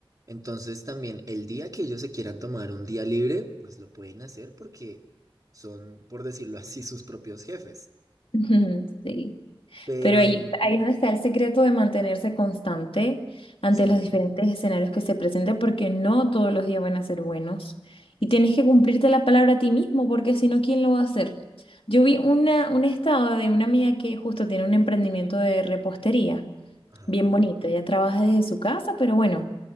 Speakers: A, on the right; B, on the left.
A: Entonces también el día que ellos se quieran tomar un día libre, pues lo pueden hacer porque son, por decirlo así, <laughs> sus propios jefes.
B: <laughs> Sí.
A: Pero
B: Pero ahí,
A: en...
B: ahí es donde está el secreto de mantenerse constante ante
A: Sí,
B: los diferentes escenarios que se presenten, porque no todos los días van a ser buenos. Y tienes que cumplirte la palabra a ti mismo, porque si no, ¿quién lo va a hacer? Yo vi una, un estado de una amiga que justo tiene un emprendimiento de repostería,
A: ajá.
B: bien bonito. Ella trabaja desde su casa, pero bueno,